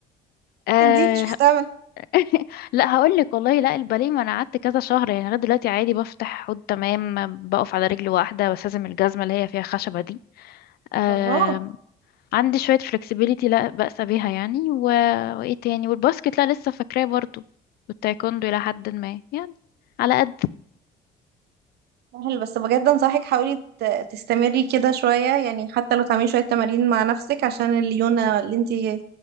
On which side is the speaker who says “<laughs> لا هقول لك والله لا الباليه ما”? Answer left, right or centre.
Left